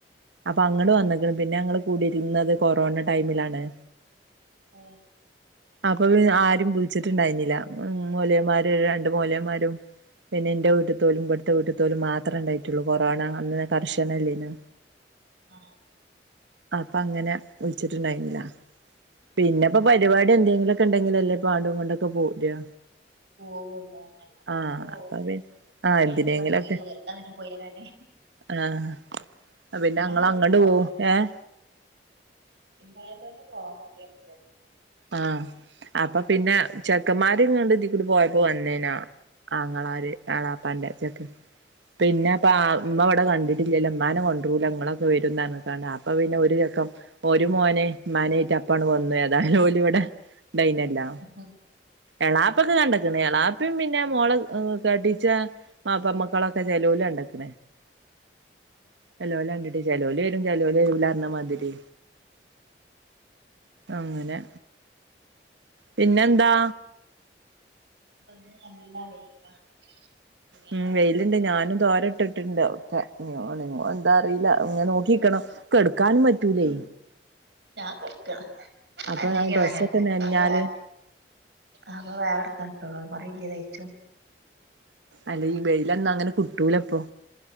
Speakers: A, on the right; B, on the right.
A: അപ്പൊ അങ്ങട്ട് വന്നക്ക്ണ് പിന്നെ ഞങ്ങൾകൂടിയിരുന്നത് കൊറോണ ടൈമിലാണ്
B: ഉ
A: അപ്പൊ ആരും വിളിച്ചിട്ടുണ്ടായിരുന്നില്ല മോലയന്മാര് രണ്ട മോലന്മാരും പിന്നെ എന്റെ വീട്ടു തോലും ഇവിടുത്തെ വീട്ടുത്തോലും മാത്രമേ ഇണ്ടായിട്ടുള്ളൂ കൊറോണ അന്ന കർശനല്ലേന്ന
B: ആ
A: അപ്പൊ അങ്ങനെ വിളിച്ചിട്ടുണ്ടായിരുന്നില്ല പിന്നെപ്പൊ പരിപാടി എന്തെങ്കിലും ഉണ്ടെങ്കിലല്ലേ പാണ്ടും കൊണ്ടൊക്കെ പോരാ
B: പോവുള്ളൂ നല്ല
A: ആഹ്
B: വെറുത പോവ
A: അപ്പൊ പി ആഹ്
B: അയിനൊക്കെ
A: എന്തിനെങ്കിലൊക്കെ
B: പറ പോയി വെറുത അങ്ങനെ പോയരാ ന്
A: ആഹ് പിന്നെ ഞങ്ങള്
B: വെർതങ്ങന്നെ
A: അങ്ങോട്ട്
B: പോ
A: പോവും
B: യരാന്
A: ഏഹ്
B: ഇണ്ടായാ തന്നെ പോവാൻ മട്യാണി പ്പം
A: ആന് അപ്പം പിന്നെ ചെക്കന്മാര്ങ്ങണ്ട് ഇതിക്കൂടി പോയപ്പോ വന്നേനാ ആങ്ങളാര് എളാപ്പാന്റെ ച്ചക്ക് പിന്നെ അപ്പൊ ഇമ്മ ഇവിടെ കണ്ടിട്ടില്ലല്ലോ ഇമ്മാനെ കൊണ്ട രൂല ഇങ്ങളൊക്കെ വരും ന്നർഞ്ഞ്ക്കാണ്ട് അപ്പഅപ്പം പിന്നെ ഒരു ചെക്കൻ ഒരു മോനെ ഉമ്മാനേയ്റ്റ് പ്പാണ്ട് വന്ന് ഏതായാലും ഓല് വടെ ഡൈനല്ലാ
B: മടിയാണ്
A: എളാപ്പൊക്കെ കണ്ട് ക്ണ് എളാപ്പിം പിന്നെ മോള കട്ടിച്ച മാപ്പമ്മക്കളൊക്കെ ചെലോ ല് കണ്ട്ക്ക് ണ് ചലോല കണ്ടിട്ട് ചലോ ല് വരും ചലോ ല് വരൂലർഞ്ഞമാതിരി അങ്ങനെ പിന്നെ ന്താ
B: <unintelligible> തുണിയാളൊക്കെ
A: ഉം വെയില്ണ്ട്
B: നല്ലോണം
A: ഞാനും തോര ഇട്ടിട്ടിണ്ട് ഒക്കെ ഒണ്ങ്ങോ എന്താ അറീല്ല ഇങ്ങെ നോക്കിക്കണം കെടുക്കാനും പറ്റൂലേ
B: ഉംഞാൻ കട്ക്കാണ്
A: അപ്പൊ
B: നഞ്ഞെങ്കിൽനനയട്ടെ
A: ഡ്രസ്സൊക്കെ നനഞ്ഞാല്
B: അപ്പം വേറെ അപ്പം വേറെ ട്ത്താണ്ട് ഇട്ടോളും പർ വല്യതായിച്ചോ
A: അല്ല ഈ വെയിലൊന്നും അങ്ങനെ കിട്ടൂലപ്പൊ